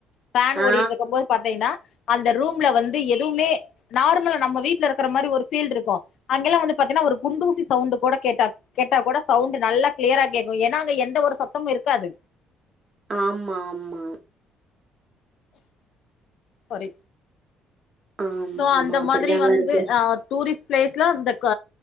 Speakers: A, on the left; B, on the right.
A: ஃபேன்
B: ஆ.
A: ஓடிட்டு இருக்கம் போது பாத்தெங்ன்னா அந்த ரூம்ல வந்து எதுவுமே நார்மல நம்ம வீட்டுல இருக்கிற மாரி ஒரு ஃபீல் இருக்கு அங்கல்லா வந்து பாத்தீன்னா ஒரு குண்டூசி சவுண்ட் கூட கேட்ட கேட்டா கூட சவுண்ட் நல்லா கிளியரா கேக்கு ஏன்னா அங்க எந்த ஒரு சத்தமு இருக்காது
B: ஆமா ஆமா
A: சாரி
B: ஆமா,
A: சோ
B: ஆமா.
A: அந்த
B: அப்படிதாங்க
A: மாரி வந்து
B: இருக்கும்.
A: அ டூரிஸ்ட் பிளேஸ்ல அந்த க